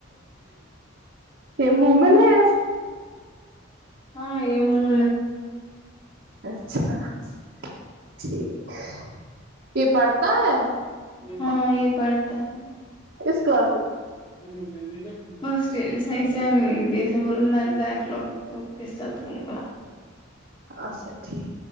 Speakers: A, on the right; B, on the left.
A: یہ مومن ہے
B: ہاں یہاں
A: <unintelligible> ٹھیک یہ بڑھتا ہے
B: ہاں یہ پڑھتا ہے
A: اس کا
B: <unintelligible> دوں گا
A: عاشق تھی